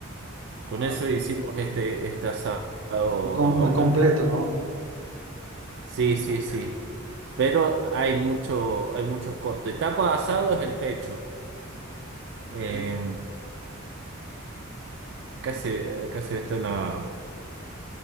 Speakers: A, on the right (about 55°); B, on the right (about 75°).
A: Con
B: Ah,
A: eso
B: ok.
A: hicimos este, este asado ahora.
B: Muy com- muy completo, ¿no?
A: Sí,
B: Muy
A: sí,
B: completo.
A: sí. Pero hay mucho, hay muchos cortes. Tapa de asado es el pecho.
B: Ok.
A: Eh, acá se, acá se ve esto en la-